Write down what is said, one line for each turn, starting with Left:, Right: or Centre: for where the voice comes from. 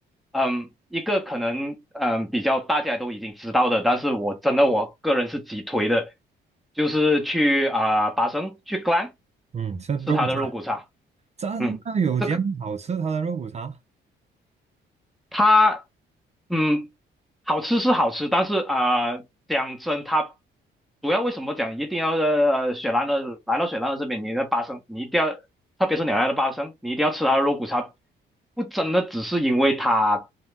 Centre: 嗯，一个可能，嗯，比较大家都已经知道的，但是我真的我个人是极推的，就是去啊、达生去 g l a n
Right: 嗯，吃肉骨茶，
Centre: 是吃它的肉骨茶，
Right: 真的有这样好吃它的肉骨茶？
Centre: 嗯，这个它嗯，好吃是好吃，但是啊、呃讲真，它主要为什么讲一定要呃雪兰的来到雪兰的这边，你的八生，你一定要，特别是你来到八生，你一定要吃它的肉骨茶，不真的只是因为它